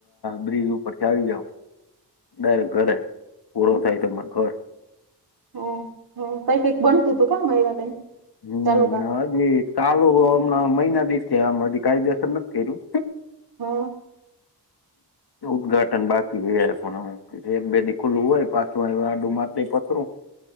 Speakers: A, on the left; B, on the right.
A: બ્રિજ ઉપર થી આવી જાવ. ડાયરેક્ટ ઘરે પૂરો થાય ત મને ઘર
B: હ હ કઈ કઈક બનતું હતું ક મારીવાદ.
A: હમ
B: ચાલુ કામ
A: હજ ચાલુ હમણાં મહિના દ થયા આધી કાયદેસર નથી કર્યું.
B: હા
A: ઉદ્ઘાટન બાકી હો પણ હ. એક બે દ ખુલ્લું હોય પાછું આડું મા પથરું.